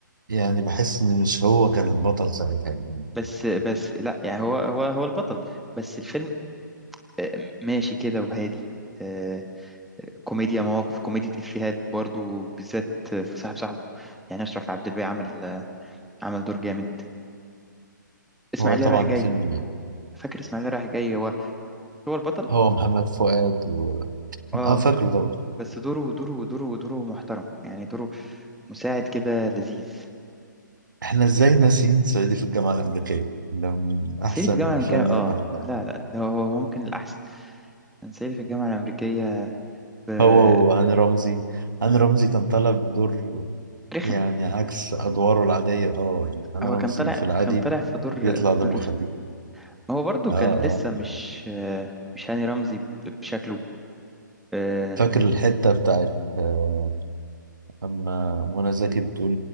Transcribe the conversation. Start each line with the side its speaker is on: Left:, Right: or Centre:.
Right: يعني بحس ان مش هو كان البطل ساعتها يعني
Centre: بس بس لا يعني هو هو هو البطل بس الفيلم آه ماشي كده وهادي آه، كوميديا مواقف كوميديا إفيهات برضو بالذات في صاحب صاحبه يعني أشرف عبد الباقي عمل عمل دور جامد إسماعيلية
Right: هو طبعا
Centre: رايح جاي
Right: فيلم
Centre: فاكر إسماعيلية رايح جاي هو هو البطل
Right: هو محمد فؤاد و...
Centre: اه
Right: اه فاكره طبعا
Centre: بس دوره دوره دوره دوره محترم يعني دوره مساعد كده لذيذ
Right: احنا ازاي ناسيين صعيدي في الجامعة الأمريكية ده من احسن
Centre: صعيدي في الجامعة
Right: الافلام
Centre: الأمريكية
Right: اللي
Centre: اه
Right: انا بحبها
Centre: لا لا هو هو ممكن الأحسن كان صعيدي في الجامعة الأمريكية ب-
Right: هو وهاني رمزي هاني رمزي كان طالع بدور
Centre: رخم
Right: يعني عكس ادواره العادية اه يعني هاني
Centre: هو
Right: رمزي
Centre: كان طالع
Right: في العادي
Centre: كان طالع في دور
Right: بيطلع
Centre: في
Right: دمه
Centre: دور رخم
Right: خفيف
Centre: هو برضو
Right: اه
Centre: كان
Right: اه
Centre: لسه مش مش هاني رمزي بشكله اه
Right: فاكر الحتة بتاعت آه، أما منى زكي بتقول